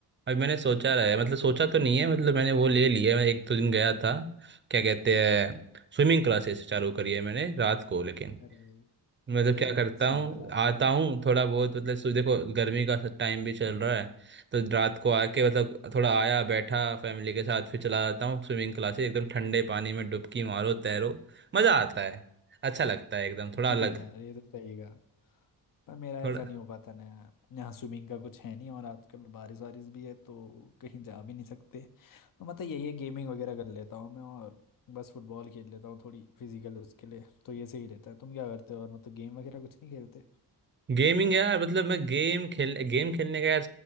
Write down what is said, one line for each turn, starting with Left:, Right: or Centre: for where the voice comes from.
Right: अभी मैंने सोचा रहा है मतलब सोचा तो नहीं है मतलब मैंने वो ले लिया है। मैं एक दो दिन गया था क्या कहते हैं स्विमिंग क्लासेस चालू करी है मैंने रात को लेकिन
Left: अरे
Right: मतलब
Left: बढ़िया
Right: क्या
Left: भाई
Right: करता
Left: स्विमिंग
Right: हूँ
Left: क्लासेस।
Right: आता हूँ थोड़ा बहुत मतलब सु- देखो गर्मी का टाइम भी चल रहा है तो रात को आके मतलब थोड़ा आया बैठा फैमिली के साथ फिर चला जाता हूँ स्विमिंग क्लासेस एकदम ठंडे पानी में डुबकी मारो तैरो मजा आता है अच्छा लगता है एकदम
Left: <laughs>
Right: थोड़ा अलग
Left: हाँ यार ये तो सही कहा पर मेरा
Right: थोड़ा
Left: ऐसा नहीं हो पाता ना यार यहाँ स्विमिंग का कुछ है नहीं और आजकल बारिश वारिश भी है तो कहीं जा भी नहीं सकते तो मतलब यही है गेमिंग वगैरह कर लेता हूँ मैं और बस फुटबॉल खेल लेता हूँ थोड़ी फिजिकल उसके लिए तो ये सही रहता है तुम क्या करते हो और मतलब गेम वगैरह कुछ नहीं खेलते
Right: गेमिंग यार मतलब मैं गेम खेल गेम खेलने का यार